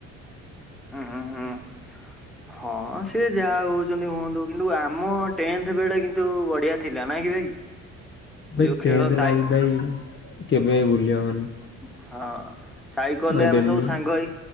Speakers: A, in the centre; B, on the left.
A: ହଁ, ହଁ। ହଁ ସେ ଯାହା ହଉଚନ୍ତି ହୁଅନ୍ତୁ। କିନ୍ତୁ ଆମ ଟେନ୍ଥ ବେଳେ କିନ୍ତୁ ବଢିଆ ଥିଲା ନା କି ଭାଇ।
B: ବେ
A: ଯୋଉ ଖେଳ
B: ଟେନ୍ଥ
A: ସାଇ
B: ଲାଇଫ୍ ଭାଇ କେବେ ଭୁ ଭୁଲି ହବନି।
A: ହଁ। ସାଇକଲେ
B: ଭାଇ
A: ଆମେ
B: ଡେଲି
A: ସବୁ
B: ହଁ
A: ସାଙ୍ଗ ହେଇ